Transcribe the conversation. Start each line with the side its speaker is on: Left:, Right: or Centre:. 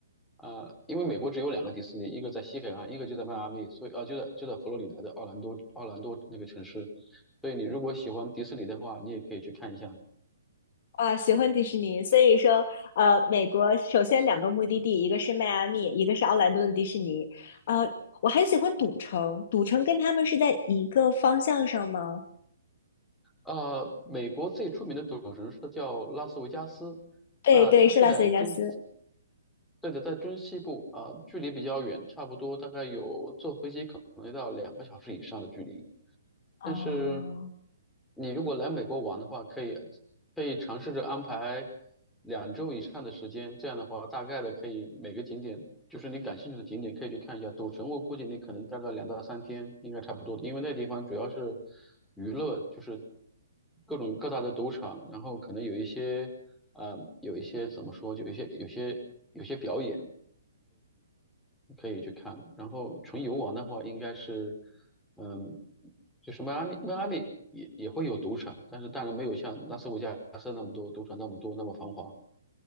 Centre: 啊、因为美国只有两个迪士尼，一个在西海岸，一个就在迈阿密，所以啊、就在就在佛罗里达的奥兰多奥兰多那个城市。所以你如果喜欢迪士尼的话，你也可以去看一下。
Left: 啊，喜欢迪士尼，所以说，呃，美国首先两个目的地，一个是迈阿密，一个是奥兰多的迪士尼。呃，我很喜欢赌城，赌城跟他们是在一个方向上吗？
Centre: 呃，美国最出名的赌城是叫拉斯维加斯，
Left: 对对，
Centre: 那、它是在中西，
Left: 是拉斯维加斯。
Centre: 对的，在中西部啊、距离比较远，差不多大概有坐飞机可能要到两个小时以上的距离。
Left: 哦，
Centre: 但是你如果来美国玩的话，可以可以尝试着安排两周以上的时间，这样的话，大概的可以每个景点，就是你感兴趣的景点可以去看一下。赌城我估计你可能大概两到三天应该差不多的，因为那地方主要是娱乐，就是各种各大的赌场，然后可能有一些，呃，有一些怎么说，就有一些有些有些表演。可以去看。然后纯游玩的话，应该是，嗯，就是迈阿密，迈阿密也也会有赌场，但是当然没有像拉斯维加斯那么多赌场那么多那么繁华。